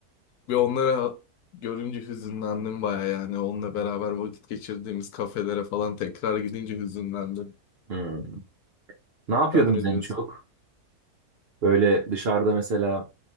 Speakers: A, on the left; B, on the right.
A: Ve onlara görünce hüzünlendim baya yani. Onunla beraber vakit geçirdiğimiz kafelere falan tekrar gidince hüzünlendim.
B: Hmm. Ne yapıyordunuz
A: Sen ne
B: en
A: diyorsun?
B: çok? Böyle dışarıda mesela